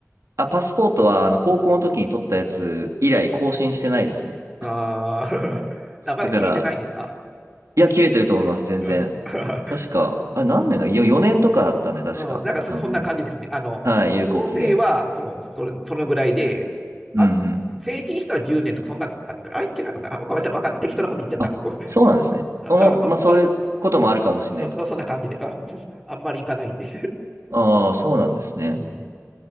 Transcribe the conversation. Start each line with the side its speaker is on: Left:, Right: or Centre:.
Right: あ、パスポートは、あの、高校の時に取ったやつ以来更新してないですね。
Centre: うんあー <laughs> あ、まだ切れてないんですか
Right: だから、いや、切れてると思います、全然。
Centre: うん <laughs>
Right: 確か、
Centre: あ
Right: あれ、何年か、よ4年とかだったんで、確か。
Centre: うん、なんかそ、
Right: あの、
Centre: そんな感じですね。あの、
Right: はい、
Centre: 高校生はその、
Right: 有効期限。
Centre: それ、そのぐらいで、
Right: うんうんうん。
Centre: あ、成人したら10年とかそんなんだったか。あ、違うかった。あごめんなさい、わかんない。適当なこと言っちゃった。
Right: あ、
Centre: <laughs> ごめん
Right: そうなんですね。
Centre: あ、
Right: おまあ、
Centre: あわか
Right: そういうこともあるかもしれないと。
Centre: そ、あそんな感じで、あ、あんまりいかないんで。
Right: ああ、そうなんですね。
Centre: <laughs> うん、